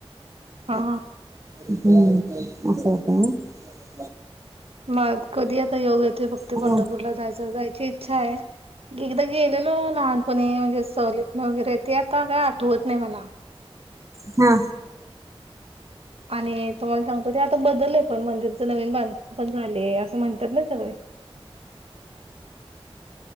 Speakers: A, on the right; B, on the right.
A: हा
B: हम्म अस होतंय होय <unintelligible>
A: मग कधी आता योग येतो बघाते
B: हम्म
A: पंढरपूरला जायचा जायची इच्छा आहे. एकदा गेलेलो लहानपणी म्हणजे सहलीतन वगैरे ते आता काय आठवत नाही मला
B: हा
A: आणि तुम्हाला सांगतो ते आता बदलले पण मंदिरच नवीन बांधकाम पण झाले असं म्हणतात ना सगळे <inaudible>